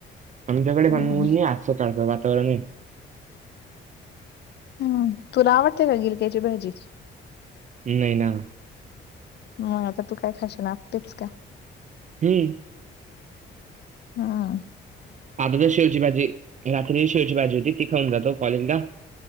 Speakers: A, on the right (about 40°); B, on the left (about 55°).
A: आमच्याकडे
B: हम्म
A: बांून असं काढतं वातावरण आहे
B: हम् तुला आवडतेय का गिरक्याची भाजी
A: नाही ना
B: मग आता तू काय खाश नातेस का
A: हम्
B: हा
A: आद ते सेवजी बाजी रात्री सेवजी बाजी होती ती खाून जातो कॉलेजला